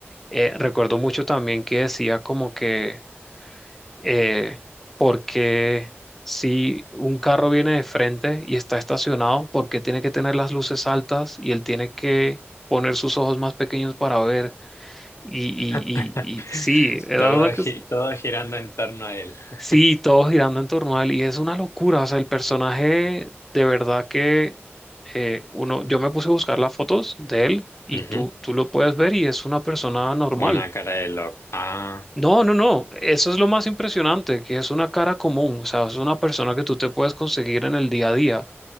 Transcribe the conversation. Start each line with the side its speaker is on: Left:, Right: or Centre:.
Centre: Eh, recuerdo mucho también que decía como que, eh, porque si un carro viene de frente y está estacionado, ¿por qué tiene que tener las luces altas y él tiene que poner sus ojos más pequeños para ver? Y, y,
Left: <laughs>
Centre: y, y sí, era
Left: Todo,
Centre: una cosa
Left: gi- todo girando en torno a él. <laughs>
Centre: Sí, todo girando en torno a él y es una locura, o sea, el personaje de verdad que eh, uno, yo me puse a buscar las fotos de él y
Left: Ujú.
Centre: tú, tú lo puedes ver y es una persona normal.
Left: Una cara de loco. Ah.
Centre: No, no, no, eso es lo más impresionante, que es una cara común, o sea, es una persona que tú te puedes conseguir en el día a día.